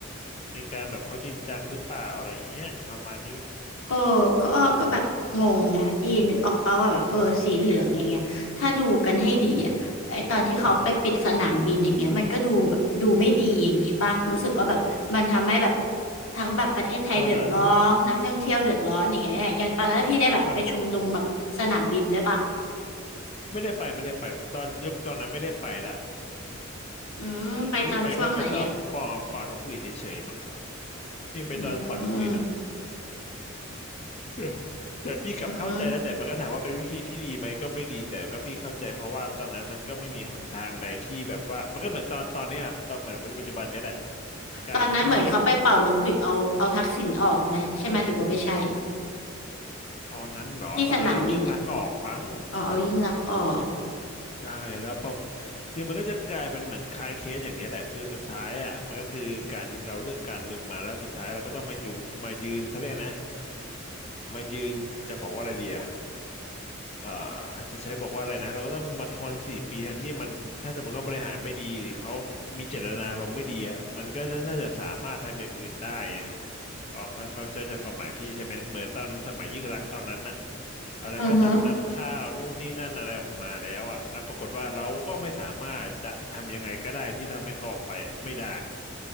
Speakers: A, on the left; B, on the left.
A: ในการแบบเขาจริงจังหรือเปล่าอะไรอย่างเงี้ยประมาณนี้ลูก
B: เออก็อ้อก็แบบงงไงพี่นึกออกป่าวว่าแบบเออสีเหลืองอย่างเงี้ยถ้าดูกันให้ดีอ่ะไอตอนที่เขาไปปิดสนามบินอย่างเงี้ยมันก็ดูแบบดูไม่ดีอย่างงี้ป่ะรู้สึกว่าแบบมันทำให้แบบ
A: อืม
B: ทั้งแบบประเทศไทยเดือดร้อนนักท่องเที่ยวเดือดร้อนอย่างเงี้ยอย่างตอนนั้นพี่ได้แบบไปชุมนุมแบบสนามบินด้วยป่ะ
A: ตอนนั้นก็ไม่ได้ไปไม่ได้ไปหรอกตอนยคตอนนั้นไม่ได้ไปละ
B: อืมไปตอนช่วงไหนอ่ะ
A: เหมือนพี่ไปแค่ไปตอนป่อนป่อนนกหวีดเฉยๆมั้ง ที่ไปตอนเป่านกหวีดอ่ะ
B: อืม
A: เออแต่พี่กลับเข้าใจแล้วแต่มันก็ถามว่าเป็นวิธีที่ดีไหมก็ไม่ดีแต่ก็พี่เข้าใจเพราะว่าตอนนั้นมันก็ไม่มีหนทางใดที่แบบว่ามันก็เหมือนตอนตอนเนี้ยตอนเหมือนปัจจุบันเนี้ยแหละ
B: อืม
A: การที่
B: ตอนนั้นเหมือนเขาไปเป่านกหวีดเอาเอาทักษิณออกไหมใช่ไหมหรือว่าไม่ใช่
A: ตอนนั้นเหรอตอนนั้นเรายิ่งลักษณ์ออกบ้าง
B: ที่สนามบินอ่ะอ๋อเอายิ่งลักษณ์ออก
A: ใช่แล้วปกคือมันก็จะกลายเป็นเหมือนคลายเคสอย่างเนี้ยแหละคือสุดท้ายอ่ะมันก็คือการที่เราเลือกการเมืองมาแล้วสุดท้ายเราก็ต้องมาอยู่มายืนเขาเรียกนะมายืนจะบอกว่าอะไรดีอ่ะ เอ่อจะใช้บอกว่าอะไรนะเราก็ต้องมาทนสี่ปีทั้งที่มันถ้าสมมติเขาบริหารไม่ดีหรือเขามีเจตนารมณ์ไม่ดีอ่ะมันก็จะน่าจะสามารถทำอย่างอื่นได้ไงพอค่อยเข้าใจความหมายพี่ใช่ไหมเหมือนตอนสมัยยิ่งรักษณ์ตอนนั้นน่ะตอนนั้นก็จำนำข้าวนู่นนี่นั่นอะไรออกมาแล้วอ่ะแล้วปรากฏว่าเราก็ไม่สามารถจะทำยังไงก็ได้ที่ทำให้เขาออกไปอะไม่ได้
B: อือฮึ